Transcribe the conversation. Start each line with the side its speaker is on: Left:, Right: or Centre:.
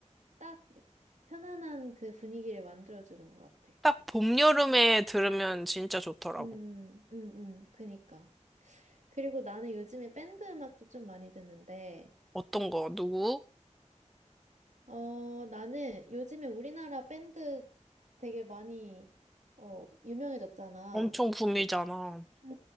Right: 딱 편안한 그 분위기를 만들어주는 것 같아.
Centre: 딱 봄, 여름에 들으면 진짜 좋더라고.
Right: 응, 응, 응, 응, 그니까. 그리고 나는 요즘에 밴드 음악도 좀 많이 듣는데,
Centre: 어떤 거, 누구?
Right: 어, 나는 요즘에 우리나라 밴드 되게 많이, 어, 유명해졌잖아.
Centre: 엄청 붐이잖아.
Right: 음,